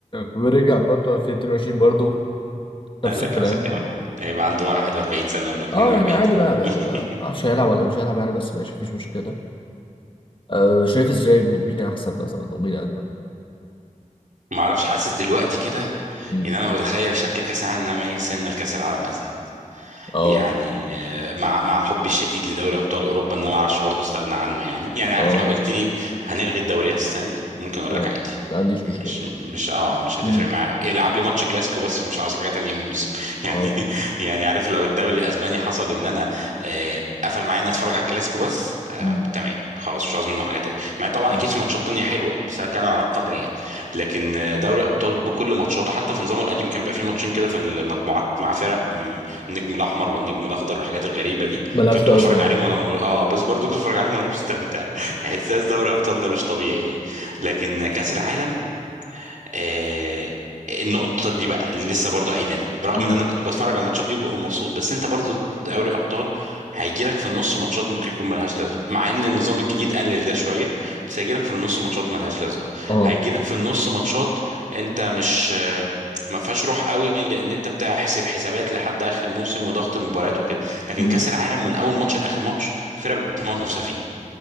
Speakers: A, on the left; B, on the right.
A: ورجع برضه 2022 برضه نفس
B: قال لك
A: الكلام
B: عاوزك كام هيبقى عنده 41 سنة ولا 42
A: اه يعني عادي
B: سنة
A: بقى
B: <laughs>
A: يعني بقى معرفش هيلعب ولا مش هيلعب يعني بس ماشي مفيش مشكله أه شايف ازاي م- مين احسن مثلا ومين اجمل
B: ما اعرفش حاسس دلوقتي كده
A: امم
B: ان انا بتخيل شكل كاس العالم إن انا مايل سنة لكاس العالم ازيد
A: اه
B: يعني آه، مع مع حبي الشديد لدوري ابطال اوروبا ان انا ما اعرفش برضه استغنى عنه يعني يعني عارف
A: اه
B: لو قلت لي هنلغي الدوريات السنه دي ممكن اقول
A: فاهم.
B: لك عادي
A: ما عنديش
B: مش
A: مشكله
B: مش اه مش هتفرق
A: امم
B: معايا أوي. العب لي ماتش كلاسيكو بس ومش عاوز حاجه تانية من الموسم <laughs>
A: اه
B: يعني يعني عارف لو الدوري الاسباني حصل ان انا آه، قفل معايا ان اتفرج على الكلاسيكو بس آه
A: مم.
B: تمام خلاص مش عاوز منه حاجه تانية مع إن طبعا
A: مم.
B: اكيد في ماتشات تانية حلوه بس انا بتكلم على القدر يعني لكن آه، دوري ابطال بكل ماتشاته حتى في نظامه القديم كان بيبقى فيه ماتشين كده في المجموعات مع فرق النجم الاحمر والنجم الاخضر والحاجات الغريبه دي
A: ملهاش
B: كنت
A: لازمه
B: بتفرج
A: اه
B: عليهم وانا اه بس برضو كنت بتفرج عليهم وانا مستمتع <laughs> يعني احساس دوري ابطال ده مش طبيعي يعني لكن كاس العالم آه، النقطة دي بقى اللي لسه برضو قايلينها برغم
A: مم.
B: ان انا كنت بتفرج على الماتشات دي وببقى مبسوط بس انت برضو دوري ابطال هيجيلك في النص ماتشات ممكن يكون ملهاش لازمة مع ان النظام الجديد قلل ده شوية بس هيجيلك في النص ماتشات ملهاش لازمة
A: اه
B: هيجيلك في النص ماتشات انت مش آه، ما فيهاش روح قوي لان انت بتحسب حسابات لحد اخر الموسم وضغط المباريات وكده لكن
A: مم.
B: كاس العالم من اول ماتش لاخر ماتش فرقة بتموت نفسها فيه